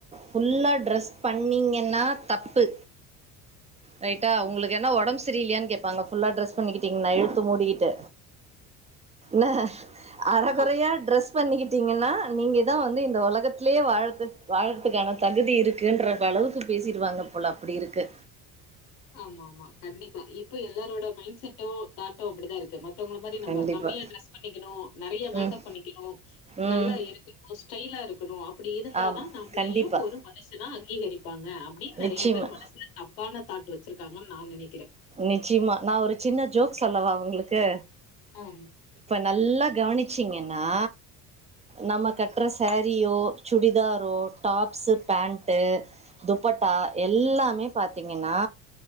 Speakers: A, on the right; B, on the left.
A: ஃபுல்லா ட்ரெஸ் பண்ணிங்கன்னா தப்பு ரைட்டா
B: ம்.
A: உங்களுக்கு என்ன ஒடம் ச செரி இல்லையான் கேப்பாங்க ஃபுல்லா டிரெஸ் பண்ணிக் கிட்டீங்கன்னா இழுத்து மூடிகிட்டு நா அர
B: ஆமா.
A: கொறையா டிரஸ் பண்ணிக்கிட்டீங்கன்னா நீங்க தா வந்து இந்த உலகத்திலேயே வாழத் வாழறதுக்கான தகுதி இருக்குன்ற அளவுக்கு பேசிடுவாங்க போல அப்டி இருக்கு.
B: ஆமா ஆமா கண்டிப்பா இப் ப்ப எல்லாரோட மைண்ட் செட்டோ தாட்டோ அப்டிதா இருக்கு. மத்தவங்கள மாரி நம்ம
A: கண்டிப்பா
B: கம்மியா டிரஸ் பண்ணிக்கனு நறைய மேக்கப்
A: ம்
B: பண்ணிக்கனு
A: ம்
B: நல்லா இருக்கனு ஸ்டைலா இருக்கனு அப்படி இருந்த
A: ஆம்
B: தா நம்மளையு
A: கண்டிப்பா
B: ஒரு மனுஷனா இரு ப்பாங்க அப்டின்‌ நெறைய
A: நிச்சயமா
B: பேர் மனசுல தப்பான தாட்டு வெச்ருக்காங்கன்னு நா நெனை
A: நிச்சிமா நா ஒரு சின்ன ஜோக் சொல்லவா உங்ளுக்கு.
B: ஆஹ்
A: நல்லா கவனிச்சீங்கன்னா நம்ம கட்டுற சாரீயோ சுடிதாரோ டாப்ஸ் பேண்ட்டு துப்பட்டா எல்லாமே பாத்தீங்கனா